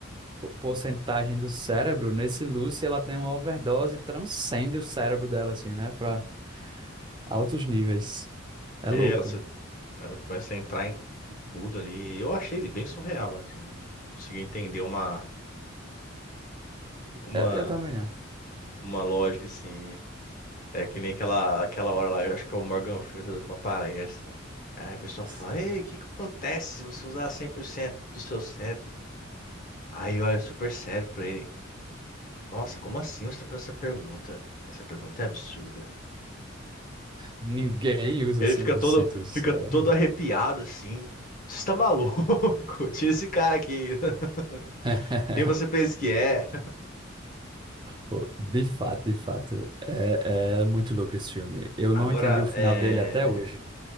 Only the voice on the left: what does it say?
É,
ela Ela começa a entrar em tudo ali. Eu achei ele bem surreal, assim, não não consegui entender uma, uma,
uma lógica, assim. É que nem aquela, aquela hora lá, eu acho que é o Morgan Freeman tá dando uma palestra. Aí a pessoa
fala, ei, o que que acontece se você usar 100% do seu cérebro? Aí olha super sério pra ele. Nossa, como assim você tá fazendo essa pergunta? Essa pergunta é absurda.
Ele
fica
todo,
fica todo arrepiado, assim. Você tá maluco? <laughs> Tira esse cara aqui. <laughs>
Quem você pensa que é?
Agora,
é...